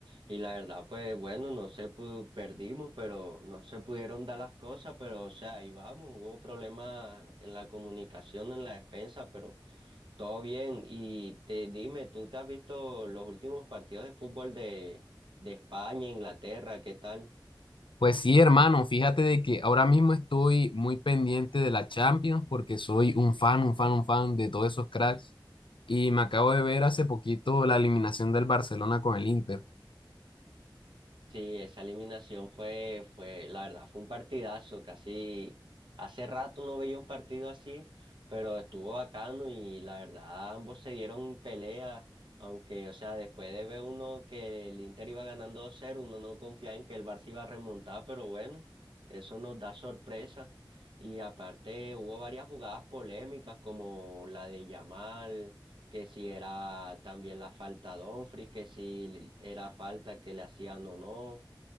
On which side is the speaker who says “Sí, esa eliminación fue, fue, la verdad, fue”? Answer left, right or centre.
Right